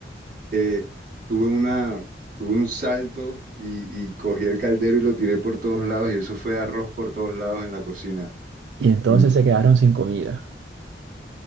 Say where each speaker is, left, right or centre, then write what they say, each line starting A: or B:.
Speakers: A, on the right (about 50°); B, on the right (about 75°).
A: eh, tuve una, tuve un salto y, y cogí el caldero y lo tiré por todos lados y eso fue arroz por todos lados en la cocina.
B: Y entonces
A: Mm,
B: se quedaron sin comida.